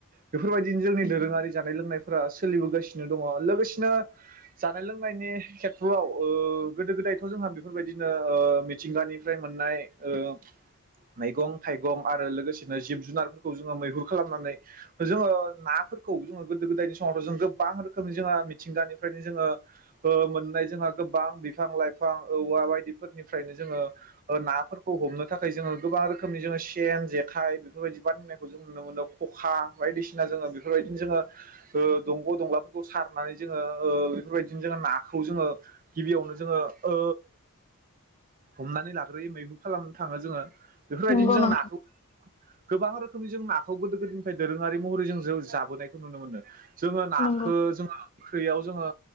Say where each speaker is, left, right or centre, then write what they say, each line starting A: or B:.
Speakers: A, on the right; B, on the left.
A: बेफोर बायदिनो जोंनि दोरोङारि जानाय लोनायफोर फोरा सोलिबोगासिनो दङ ।लोगोसेनो जानाय लोंनायनि खेथ्रआव ओ गोदो गोदायथ' जोंहा बेफोरबायदिनो ओ मिथिंगानिफ्राय मोननाय ओ मैगं थाइगं आरो लोगोसेनो जिब जुनारफोरखौ जोङो मैहुर खालामनानै जोङो नाफोरखौ जोङो गोदो गोदायनि स समावथ जों गोबां रोखोमनि जोंहा मिथिंगानिफ्रायनो जोङो ओ मोननाय जोंहा गोबां बिफां लाइफां औवा बायदि फोरनिफ्रायनो जोङो नाफोरखौ हमनो थाखाय जोङो गोबां रोखोमनि जोङो सेन जेखाइ बेफोरबायदि बानायनायखौ जों नुनो मोनो खखा बायदिसिना जोङो बेफोरबायदिनो जोङो ओ दंग' दंलाफोरखौ सारनानै जोङो ओ बेफोरबायदिनो जोङो नाखौ जोङो गिबियावनो जोङो ओ हमनानै लाग्रोयो मैहुर खालामनो थाङो जोङो बेफोरबायदिनो
B: नंगौ
A: जों
B: नोंथां
A: नाखौ गोबां रोखोमनि जों नाखौ गोदो गोदायनिफ्राय दोरोङारि महरै जों जाबोनायखौ नुनो मोनो। जोङो नाखो
B: नंगौ
A: जोङो ओंख्रियाव जोङो